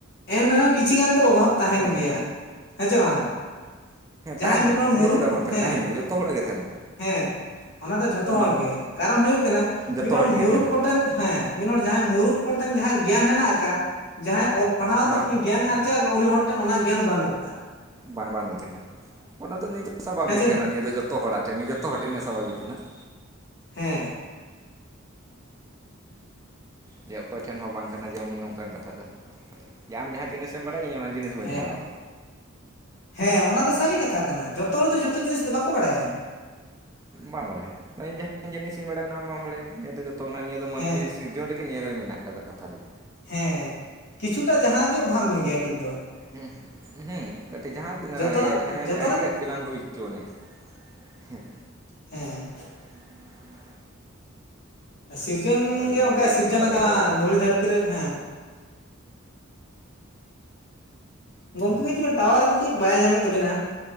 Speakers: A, on the left; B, on the right.
A: ᱮᱱ ᱨᱮᱦᱚᱸ ᱠᱤᱪᱷᱤ ᱜᱟᱱ ᱫᱚ ᱚᱵᱷᱟᱵ ᱛᱟᱦᱮᱱ
B: ᱦᱮᱸ
A: ᱜᱮᱭᱟ ᱾ ᱦᱮᱸ ᱪᱮ ᱵᱟᱝᱟ ᱾
B: ᱦᱮᱸ ᱛᱟᱦᱮᱱ
A: ᱡᱟᱦᱟᱸᱭ ᱢᱤᱫ
B: ᱫᱚ ᱦᱮᱸ
A: ᱦᱚᱲ ᱢᱩᱨᱩᱠᱷ,
B: ᱪᱮᱫᱟᱜ ᱵᱟᱝ ᱛᱟᱦᱮᱱᱟ
A: ᱦᱮᱸ,
B: ᱛᱟᱦᱮᱱ ᱜᱮᱭᱟ ᱡᱚᱛᱚ ᱦᱚᱲᱟᱜ ᱜᱮ ᱛᱟᱦᱮᱱᱟ
A: ᱦᱮᱸ ᱾ ᱚᱱᱟ ᱫᱚ ᱡᱷᱚᱛᱚ
B: ᱚᱱᱟ
A: ᱦᱚᱲ ᱜᱮ ᱠᱟᱨᱚᱱ ᱦᱩᱭᱩᱜ ᱠᱟᱱᱟ,
B: ᱡᱚᱛᱚ
A: ᱢᱤᱫ ᱦᱚᱲ
B: ᱴᱷᱮᱱ
A: ᱢᱩᱨᱩᱠᱷ
B: ᱜᱮ ᱛᱟᱦᱮᱱᱟ
A: ᱦᱚᱲ ᱴᱷᱮᱱ ᱦᱮᱸ ᱢᱤᱫ ᱦᱚᱲ ᱡᱟᱦᱟᱸᱭ ᱢᱩᱨᱩᱠᱷ ᱦᱚᱲ ᱴᱷᱮᱱ ᱡᱟᱦᱟᱸᱭ ᱜᱮᱭᱟᱱ ᱦᱮᱱᱟᱜ ᱟᱠᱟᱜᱼᱟ, ᱡᱟᱦᱟᱸᱭ ᱚᱞ ᱯᱟᱲᱦᱟᱣ
B: ᱚᱱᱟ
A: ᱛᱮ ᱩᱱᱤ ᱜᱮᱭᱟᱱ ᱟᱨ ᱪᱮᱫᱠᱟ ᱩᱱᱤ ᱦᱚᱲ ᱴᱷᱮᱱ ᱚᱱᱟ ᱜᱮᱭᱟᱱ ᱵᱟᱹᱱᱩᱜ ᱟᱠᱟᱜᱼᱟ ᱾
B: ᱵᱟᱝ ᱵᱟᱝ ᱛᱟᱦᱮᱱᱟ, ᱚᱱᱟ ᱫᱚ ᱱᱤᱭᱟᱹ ᱫᱚ ᱥᱟᱵᱷᱟᱵᱤᱠ
A: ᱦᱮᱸ ᱥᱮ
B: ᱠᱟᱱᱟ, ᱱᱤᱭᱟᱹ ᱫᱚ ᱡᱚᱛᱚ ᱾ ᱡᱚᱛᱚ ᱦᱚᱲᱟᱜ ᱴᱷᱮᱱ ᱡᱚᱛᱚ ᱦᱚᱲ ᱴᱷᱮᱱ ᱱᱮᱥᱟᱵᱷᱟᱵᱤ ᱠᱟᱱᱟ ᱾
A: ᱦᱮᱸ
B: ᱡᱮ ᱚᱠᱚᱭ ᱴᱷᱮᱱ ᱦᱚᱸ ᱵᱟᱝ ᱠᱟᱱᱟ ᱡᱮ ᱱᱚᱝᱠᱟᱱ ᱠᱟᱛᱷᱟ ᱫᱚ ᱡᱮ ᱟᱢ ᱡᱟᱦᱟᱸ ᱡᱤᱱᱤᱥᱮᱢ ᱵᱟᱰᱟᱭᱟᱢ ᱤᱧ ᱚᱱᱟ ᱡᱤᱱᱤᱥ ᱵᱟᱹᱧ
A: ᱦᱮᱸ
B: ᱵᱟᱲᱟᱭᱟ
A: ᱦᱮᱸ, ᱚᱱᱟ ᱫᱚ ᱥᱟᱹᱨᱤ ᱠᱟᱛᱷᱟ ᱠᱟᱱᱟ ᱡᱚᱛᱚ ᱦᱚᱲ ᱫᱚ ᱡᱚᱛᱚ ᱡᱤᱱᱤᱥ ᱫᱚ ᱵᱟᱠᱚ ᱵᱟᱲᱟᱭᱟ᱾
B: ᱵᱟᱢ ᱵᱟᱲᱟᱭ ᱤᱧ ᱡᱟᱦᱟᱸ ᱡᱤᱱᱤᱥ ᱤᱧ ᱵᱟᱲᱟᱭᱟ ᱚᱱᱟ ᱢᱟᱢ ᱵᱟᱲᱟᱭ ᱱᱤᱭᱟᱹ ᱫᱚ ᱡᱚᱛᱚ ᱠᱟᱱᱟ ᱱᱤᱭᱟᱹ ᱫᱚ ᱢᱟᱱᱢᱤ
A: ᱦᱮᱸ
B: ᱤᱥ ᱥᱤᱨᱡᱚᱱ ᱨᱮᱜᱮ ᱱᱤᱭᱟᱹ ᱫᱚ ᱢᱮᱱᱟᱜ ᱠᱟᱫᱟ ᱠᱟᱛᱷᱟ ᱨᱮᱜᱮ᱾
A: ᱦᱮᱸ ᱠᱤᱪᱷᱩᱴᱟ ᱡᱟᱦᱟᱸ ᱜᱮ ᱚᱵᱷᱟᱵᱽ ᱢᱮᱜᱮᱭᱟ ᱠᱟᱹᱡ ᱫᱚ᱾
B: ᱦᱩ ᱦᱩᱸ ᱠᱟᱹᱴᱤᱡ ᱡᱟᱦᱟᱸ ᱛᱤᱱᱟᱹᱜ
A: ᱡᱚᱛᱚᱱᱟᱜ
B: ᱤᱭᱟᱹ ᱡᱟᱦᱟᱸᱭ
A: ᱡᱚᱛᱚᱱᱟᱜ
B: ᱩᱱᱤ ᱟᱹᱰᱤ ᱟᱸᱴ ᱪᱮᱞᱟᱝ ᱦᱩᱭ ᱪᱩ ᱟᱱᱤ ᱦᱩᱸ᱾
A: ᱦᱮᱸ᱾
B: <inaudible>
A: ᱥᱤᱨᱡᱚᱱ
B: ᱟᱫᱚ ᱱᱤᱭᱟᱹᱜᱮ
A: ᱜᱮ ᱚᱱᱠᱟᱭ
B: ᱟᱨᱠᱤ
A: ᱥᱤᱨᱡᱚᱱ
B: ᱵᱟᱰᱟᱭ
A: ᱟᱠᱟᱱᱟ
B: ᱫᱚ ᱫᱚᱨᱠᱟᱨ
A: ᱫᱷᱩᱲᱤ
B: ᱠᱟᱱᱟ
A: ᱫᱷᱟᱹᱨᱛᱤ ᱨᱮ ᱦᱮᱸ᱾ ᱜᱚᱝᱠᱮ ᱠᱟᱹᱡ ᱪᱟᱞᱟᱝ ᱴᱟᱣᱟᱨ ᱜᱮ ᱠᱟᱹᱡ ᱵᱟᱭ ᱧᱟᱢᱮᱫ ᱛᱟᱵᱮᱱᱟ᱾